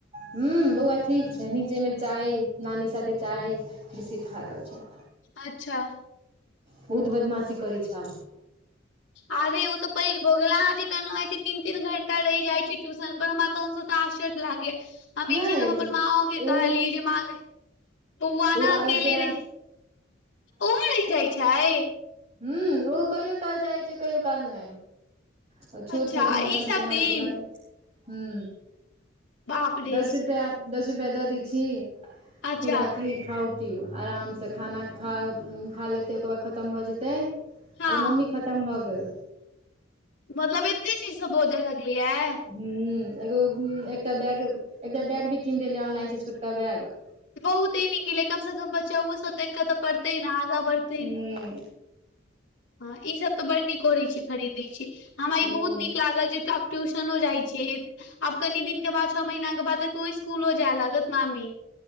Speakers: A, on the right; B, on the left.
A: हुं बौआ ठीक छै नीचे नीचा अछि, नानी के साथे चाय बिस्किट खा रहल छै।
B: अच्छा।
A: बहुत बदमाशी करै छै आब।
B: आरे ओ तऽ पैघ भ गेल अहाँ जेकाँ नै, जे तीन-तीन घंटा रहि जाइ छी ट्यूशन पर हमरा तखन सँ आश्चर्य लागैये, हम
A: नहि
B: ई चीज हम अपन माँओ के
A: ओ
B: कहलियै जे माँ गै बौआ
A: ओ
B: ना अकेले
A: आराध्या
B: रहै, ओहो रहि जाइ छै।
A: हुं ओहो कहियो काल जाइ छै कहियो काल नै। तऽ छोट
B: अच्छा
A: छथिन
B: ई
A: एखन तऽ
B: सब
A: केना
B: दिन
A: जेथिन। हुं,
B: बाप रे
A: दस रुपआ दस रुपआ दऽ दै छी,
B: अच्छा
A: खुुराकी खाउ पीउ, आरामसँ खाना खा लेतै ओकर बाद खतम भऽ जेतै
B: हँ
A: अर मम्मी खतम भऽ गेल।
B: मतलब एते चीज सब बाजर लगलैये।
A: ह एगो एकटा बैग एकटा बैग भी कीन देलियै ऑनलाइन से छोटका बैग।
B: बहुते नीक केलियै, कमसँ कम बच्चा ओसभ देख कऽ तऽ पढ़तै ने आगाँ बढ़तै
A: हुं।
B: ह ई सब तऽ बड नीक करैत छी खरीदैत, हमरा
A: हुँ
B: ई बहुत नीक लागल जे एकटा टयूशनो जाइ छियै आब कनि दिन के बाद छओ महीना के बाद त ओ स्कूलो जाय लागत मामी।